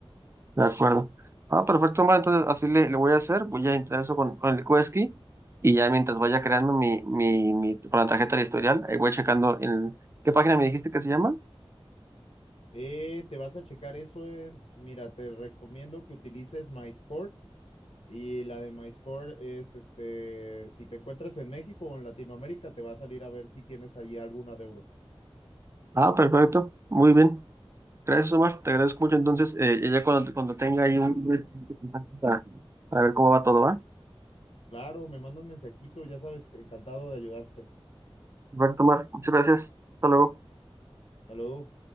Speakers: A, on the right; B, on the left.
A: De acuerdo. Ah, perfecto, Omar. Entonces así le, le voy a hacer. Voy a entrar eso con, con el Quesky y ya mientras vaya creando mi, mi, mi- con la tarjeta de historial, ahí voy checando el... ¿Qué página me dijiste que se llama?
B: Eh, te vas a checar eso. en- mira, te recomiendo que utilices MyScore. Y la de MyScore es, este, si te encuentras en México o en Latinoamérica, te va a salir a ver si tienes allí algún adeudo.
A: Ah, perfecto. Muy bien. Gracias, Omar. Te agradezco mucho. Entonces, eh, ya cuando, cuando tenga ahí un... para para ver cómo va todo, ¿va?
B: Claro, me mandan mensajito, ya sabes, encantado de ayudarte.
A: Perfecto, Omar. Muchas gracias. Hasta luego.
B: Hasta luego.